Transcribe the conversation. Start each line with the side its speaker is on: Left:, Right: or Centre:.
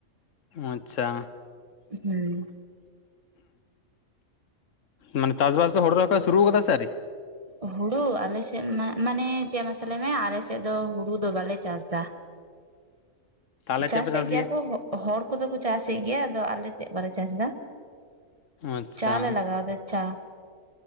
Left: ᱟᱪᱷᱟ
Right: ᱦᱩᱸ
Left: ᱢᱟᱱᱮ ᱪᱟᱥ-ᱵᱟᱥ ᱫᱚ ᱦᱳᱲᱳ ᱨᱚᱦᱚᱭ ᱯᱮ ᱥᱩᱨᱩ ᱠᱟᱫᱟ ᱥᱮ ᱟᱹᱣᱨᱤ
Right: ᱦᱳᱲᱳ ᱟᱞᱮᱥᱮᱜ ᱢᱟ ᱢᱟᱱᱮ ᱪᱮᱜ ᱢᱟᱥᱮ ᱞᱮᱭ ᱢᱮ ᱟᱞᱮᱥᱮᱜ ᱫᱚ ᱦᱳᱲᱳ ᱫᱚ ᱵᱟᱞᱮ ᱪᱟᱥ ᱫᱟ
Left: ᱛᱟᱦᱚᱞᱮ
Right: ᱪᱟᱥᱮᱜ
Left: ᱪᱮᱫ ᱯᱮ ᱪᱟᱥ
Right: ᱜᱮᱭᱟ ᱠᱚ ᱦᱚᱜ ᱦᱚᱲ ᱠᱚᱫᱚ ᱠᱚ ᱪᱟᱥᱮᱜ ᱜᱮᱭᱟ ᱟᱫᱚ ᱟᱞᱮ ᱛᱮᱜ ᱵᱟᱞᱮ ᱪᱟᱥ ᱫᱟ
Left: ᱟᱪᱪᱷᱟ
Right: ᱪᱟ ᱞᱮ ᱞᱟᱜᱟᱣᱫᱟ ᱪᱟ